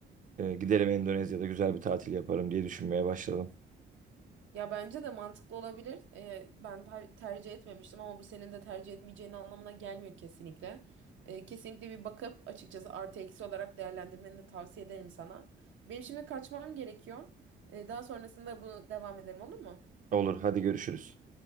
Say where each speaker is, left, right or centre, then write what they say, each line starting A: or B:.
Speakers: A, on the right; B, on the right.
A: e, giderim Endonezya'da güzel bir tatil yaparım diye düşünmeye başladım.
B: Ya bence de mantıklı olabilir. Ee, ben ter- tercih etmemiştim ama bu senin de tercih etmeyeceğin anlamına gelmiyor kesinlikle. Ee, kesinlikle bir bakıp açıkçası artı eksi olarak değerlendirmeni de tavsiye ederim sana. Benim şimdi kaçmam gerekiyor. Ee, daha sonrasında bunu devam edelim olur mu?
A: Olur, hadi görüşürüz.